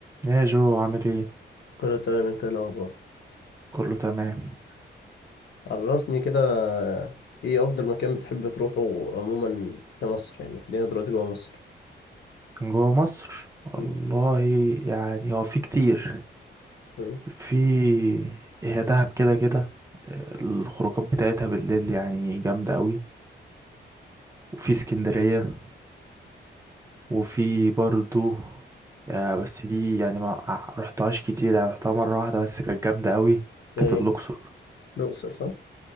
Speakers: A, on the right; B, on the left.
A: يا جو عامل ايه
B: كله تمام انت ايه الاخبار
A: كله تمام
B: عرفني كده ايه افضل مكان بتحب تروحه عموما في مصر يعني خلينا دلوقتي جوه مصر
A: جوه مصر والله
B: مم.
A: يعني هو في كتير
B: مم.
A: في هي دهب كده كده آه، الخروجات بتاعتها بالليل يعني جامدة قوي وفي اسكندرية وفي برضو يا بس دي يعني ما ع- رحتهاش كتير يعني رحتها مرة واحدة بس كانت جامدة قوي كانت
B: ايه
A: الأقصر
B: الاقصر صح